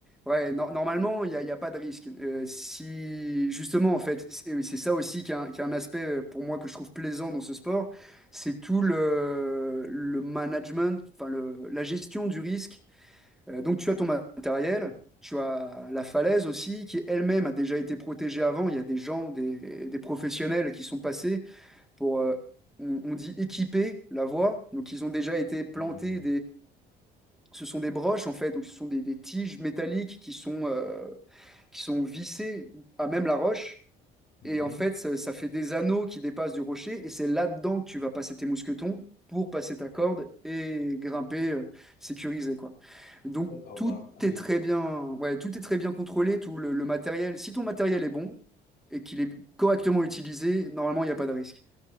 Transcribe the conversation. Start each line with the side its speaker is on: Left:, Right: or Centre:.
Centre: ouais, no- normalement, il n'y a, il y a pas de risque. Euh, si, justement, en fait, c'est c'est ça aussi qui est un, qui est un aspect euh, pour moi que je trouve plaisant dans ce sport, c'est tout le, le management, enfin, le, la gestion du risque. Euh, donc, tu as ton matériel, tu as la falaise aussi, qui elle-même a déjà été protégée avant. Il y a des gens, des, des professionnels qui sont passés pour, euh, on, on dit équiper la voie. Donc, ils ont déjà été plantés
Left: Hmm.
Centre: ce sont des broches en fait, donc ce sont des, des tiges métalliques qui sont, euh, qui sont vissées à même la roche.
Left: Mhm.
Centre: Et en fait, ça, ça fait des anneaux qui dépassent du rocher. Et c'est là-dedans que tu vas passer tes mousquetons pour passer ta corde et grimper euh, sécurisé, quoi. Donc
Left: D'accord,
Centre: tout
Left: bah
Centre: est
Left: oui.
Centre: très bien, ouais, tout est très bien contrôlé, tout le, le matériel. Si ton matériel est bon et qu'il est correctement utilisé, normalement, il n'y a pas de risque.